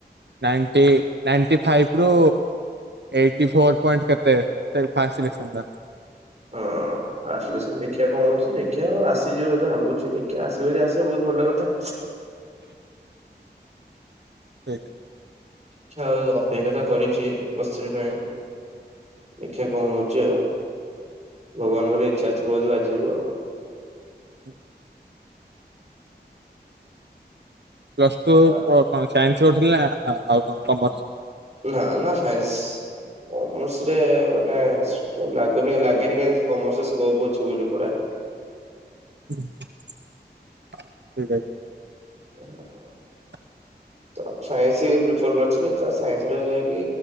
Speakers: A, on the right; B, on the right.
A: ନାଇଣ୍ଟି ନାଇଣ୍ଟି ଫାଇପ୍ ରୁ ଏଇଟି ଫୋର୍ ପଏଣ୍ଟ କେତେ ସେ ଫାଷ୍ଟ ସିଲେକ୍ସନ ଟା।
B: ଓ। ଓ ଫାଷ୍ଟ ସିଲେକ୍ସନ ଦେଖିଆ କଣ ହଉଚି। ଦେଖିଆ ଆସିଯିବ ବୋଧେ ଭାବୁଛି ଦେଖିଆ ଆସିବ ଯଦି ଆସିବ ବହୁତ ଭଲ କଥା।
A: ହେଇଥ
B: କ୍ଷ, ଅପେକ୍ଷା ତ କରିଛି ପ୍ଲସ୍ ଥ୍ରୀ ପାଇଁ। ଦେଖିଆ କଣ ହଉଚି ଆଉ। ଭଗବାନଙ୍କର ଇଚ୍ଛା ଥିବ ଯଦି ବାଜିଯିବ।
A: ହୁଁ ପ୍ଲସ୍ ଟୁ
B: ଆଉ।
A: କ-କଣ ସାଇନ୍ସ ପଢ଼ୁଥୁଲୁ ନା ଆ, ଆଉ କଣ କମର୍ସ?
B: ନା ନା ସାଇନ୍ସ। କମର୍ସ ରେ ମାନେ ସ-କ-ଲାଗୁନି ଲାଗେନି କାଇଁନା କମର୍ସରେ ସ୍କୋପ୍ ଅଛି ବୋଲି ପଢାରେ।
A: ଠିକ ଅଛି।
B: ହଁ।
A: <unintelligible>
B: ସାଇନ୍ସ ପ୍ରିଫର୍ କରିଥିଲି ତ ସାଇନ୍ସ ରେ ରହିକି